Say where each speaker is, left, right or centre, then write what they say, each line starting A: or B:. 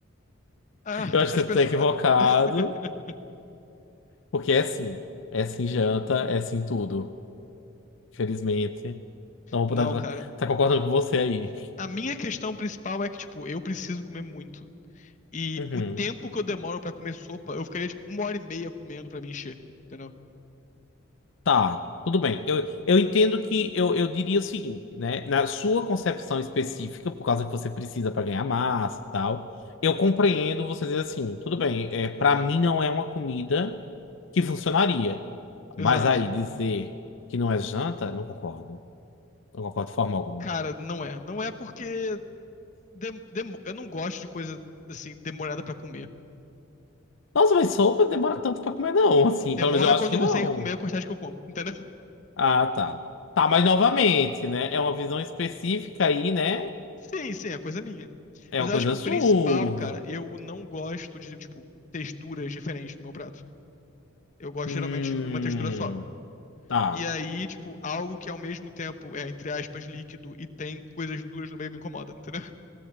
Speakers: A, on the left (about 35°); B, on the left (about 65°).
A: Ah,
B: Eu acho
A: as
B: que você
A: pessoas.
B: tá equivocado,
A: <laughs>
B: porque é sim. É sim janta, é sim tudo. Infelizmente. Não vou
A: Não,
B: poder tá,
A: cara.
B: tá concordando com você aí.
A: A minha questão principal é que, tipo, eu preciso comer muito. E
B: Uhum.
A: o tempo que eu demoro pra comer sopa, eu ficaria, tipo, uma hora e meia comendo pra me encher, entendeu?
B: Tá, tudo bem. Eu, eu entendo que eu, eu diria o seguinte, né? Na sua concepção específica, por causa que você precisa para ganhar massa e tal, eu compreendo você dizer assim, tudo bem, é, para mim não é uma comida que funcionaria. Mas
A: Exato.
B: aí dizer que não é janta, não concordo. Não concordo de forma alguma.
A: Cara, não é. Não é porque. dem- demo- eu não gosto de coisa assim, demorada pra comer.
B: Nossa, mas sopa demora tanto pra comer, não, assim.
A: Demora
B: Pelo menos eu acho
A: quando
B: que não.
A: você tem comer a quantidade que eu como, entendeu? <laughs>
B: Ah, tá. Tá, mas novamente, né? É uma visão específica aí, né?
A: Sim, sim, é coisa minha.
B: É
A: Mas
B: uma
A: eu
B: coisa
A: acho que o
B: sua.
A: principal, cara, eu não gosto de, tipo, texturas diferentes no meu prato. Eu gosto
B: Hum.
A: geralmente de uma textura só.
B: Tá.
A: E aí, tipo, algo que ao mesmo tempo é, entre aspas, líquido e tem coisas duras no meio me incomoda, entendeu?